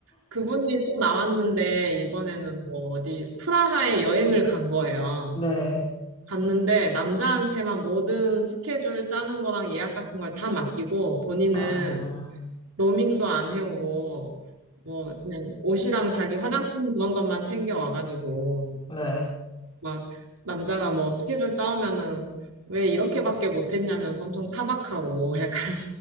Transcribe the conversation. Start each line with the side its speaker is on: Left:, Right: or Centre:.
Right: 그분이 또 나왔는데, 이번에는 뭐 어디, 프라하에 여행을 간 거예요.
Left: 네.
Right: 갔는데 남자한테만 모든 스케줄 짜는 거랑 예약 같은 걸 다 맡기고 본인은
Left: 아,
Right: 로밍도 안 해오고 뭐 그냥 옷이랑 자기 화장품 그런 것만 챙겨 와가지고
Left: 네.
Right: 막 남자가 뭐 스케줄 짜오면은 왜 이렇게밖에 못했냐면서 엄청 타박하고 <laughs> 약간